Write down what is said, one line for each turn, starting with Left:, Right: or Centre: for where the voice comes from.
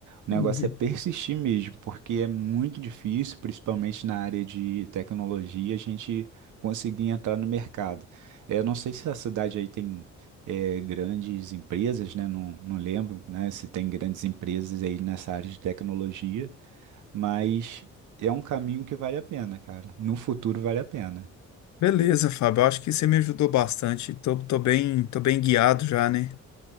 Right: O negócio
Left: Entendi.
Right: é persistir mesmo, porque é muito difícil, principalmente na área de tecnologia, a gente conseguir entrar no mercado. É, Eu não sei se a cidade aí tem eh, grandes empresas, né? Não, não lembro, né? Se tem grandes empresas aí nessa área de tecnologia, mas é um caminho que vale a pena, cara. No futuro vale a pena.
Left: Beleza, Fábio. Eu acho que você me ajudou bastante. Tô, tô bem, tô bem guiado já, né?